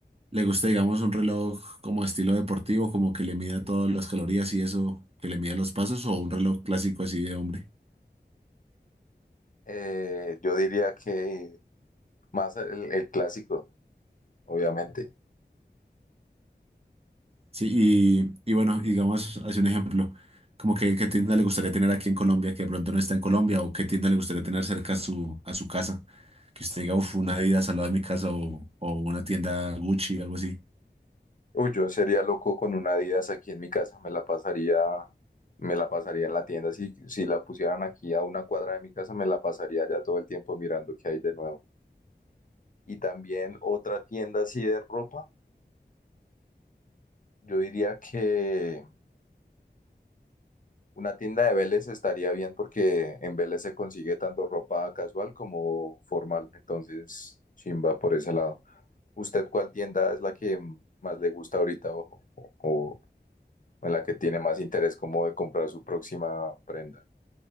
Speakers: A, on the right; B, on the left.
A: le gusta, digamos, un reloj como estilo deportivo, como que le mida todas las calorías y eso, que le mida los pasos o un reloj clásico así de hombre.
B: Eh, yo diría que más el, el clásico, obviamente.
A: Sí, y, y bueno, y digamos, hace un ejemplo, como que qué tienda le gustaría tener aquí en Colombia, que de pronto no está en Colombia, o qué tienda le gustaría tener cerca a su, a su casa, que usted diga, uff, una Adidas al lado de mi casa, o, o una tienda Gucci, algo así.
B: Uy, yo sería loco con una Adidas aquí en mi casa, me la pasaría, me la pasaría en la tienda. Si, si la pusieran aquí a una cuadra de mi casa, me la pasaría ya todo el tiempo mirando qué hay de nuevo. Y también otra tienda así de ropa. Yo diría que una tienda de Vélez estaría bien porque en Vélez se consigue tanto ropa casual como formal. Entonces, chimba por ese lado. ¿Usted cuál tienda es la que más le gusta ahorita o, o- o en la que tiene más interés como de comprar su próxima prenda?